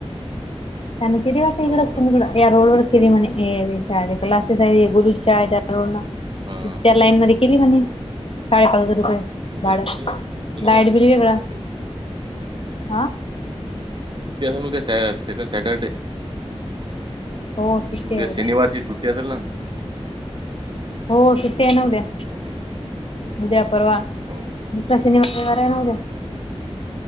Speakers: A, on the left; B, on the right.
A: त्यांन केली वाटत इकडंच
B: हो का
A: कु या रोड वरच केली म्हणे हे सारे क्लासेस आहे हे गोलु शाळेच्या रोड न.
B: हा
A: त्या लाईन मध्ये केली म्हणे, साडेपाच हजार रुपये.
B: उद्या
A: भाडं
B: सुट्टी असेल शनिवार
A: लाईट
B: सेकंड
A: बिल वेगळं
B: सॅटर्डे.
A: हा!
B: सुट्टी असेल उद्या शाळेला सेकंड सॅटर्डे.
A: हो सुट्टी
B: उ-उद्या
A: आहे उद्या
B: शनिवारची सुट्टी असेल ना.
A: हो सुट्टी आहे न उद्या,
B: ऑफिस
A: उद्या परवा.
B: हो का.
A: दुसरा शनिवार, रविवार आहे न उदया.